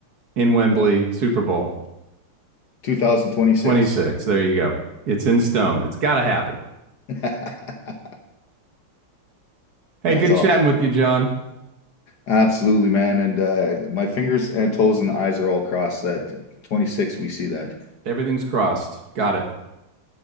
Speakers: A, on the right; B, on the left.
A: in Wembley Super Bowl
B: 2026.
A: 26. There you go. It's in stone. It's got to happen.
B: <laughs> That's
A: Hey, good
B: awesome.
A: chatting with you, John.
B: Absolutely, man. And uh, my fingers and toes and eyes are all crossed that 26 we see that.
A: Everything's crossed. Got it.